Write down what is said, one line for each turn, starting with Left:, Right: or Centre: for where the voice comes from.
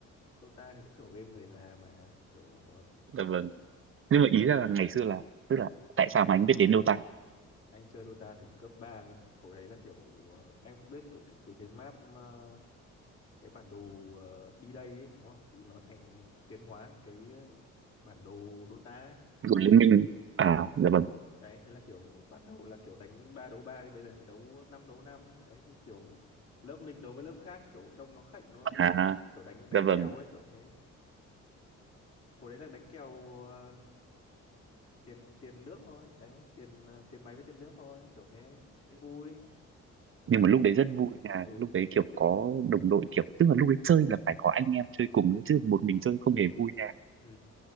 Left: Dota thì cũng kiểu game người già mà kiểu
Right: dạ vâng nhưng mà ý ra là ngày xưa là tức là tại sao mà anh biết đến Dota
Left: anh chơi Dota từ hồi cấp 3 cơ hồi đấy là kiểu ờ, em cũng biết kiểu từ cái map ờ, cái bản đồ ờ, đi đây ấy đúng không thì nó thành tiến hóa thành cái ờ, bản đồ Dota
Right: của Liên Minh à dạ vâng
Left: đấy thế là kiểu ban đầu là kiểu đánh ba đấu ba thì bây giờ thành đấu năm đấu năm đấy thì kiểu lớp mình đấu với lớp khác kiểu trông nó khệnh đúng không kiểu
Right: à
Left: kiểu đánh đánh
Right: dạ
Left: kèo
Right: vâng
Left: ấy kiểu thế hồi đấy là đánh kèo ờ, tiền tiền nước thôi đấy tiền ờ, tiền máy với tiền nước thôi kiểu thế cũng vui gáy
Right: nhưng mà lúc đấy rất vui là
Left: ừ
Right: lúc đấy kiểu có đồng đội kiểu tức là lúc đấy chơi là phải có anh em chơi cùng ấy, chứ một mình chơi không hề vui nha
Left: ừ